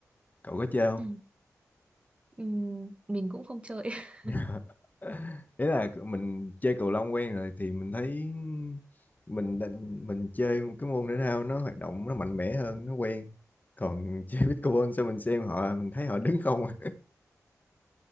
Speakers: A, on the left; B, on the right.
A: cậu có chơi không
B: Ừ. Ừ, mình cũng không chơi. <laughs>
A: <laughs> ý là mình chơi cầu lông quen rồi thì mình thấy mình định mình chơi cái môn thể thao nó hoạt động nó mạnh mẽ hơn nó quen còn <laughs> chơi pickleball sao mình xem họ mình thấy họ đứng không à